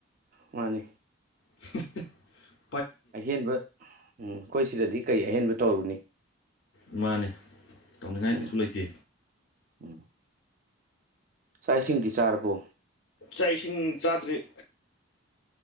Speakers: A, on the right (about 40°); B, on the left (about 55°).
A: ꯃꯥꯅꯦ
B: <unintelligible>
A: ꯑꯍꯦꯟꯕ ꯎꯝ ꯑꯩꯈꯣꯏ ꯁꯤꯗꯗꯤ ꯀꯩ ꯑꯍꯦꯟꯕ ꯇꯧꯔꯨꯅꯤ
B: ꯏꯃꯥꯅꯦ ꯇꯧꯅꯤꯡꯉꯥꯏ
A: ꯎꯝ
B: ꯀꯩꯁꯨ ꯂꯩꯇꯦ
A: ꯎꯝ ꯆꯥꯛ ꯏꯁꯤꯡ ꯆꯥꯔꯕꯣ
B: ꯏꯥꯛ ꯏꯁꯤꯡ ꯆꯥꯗ꯭ꯔꯤ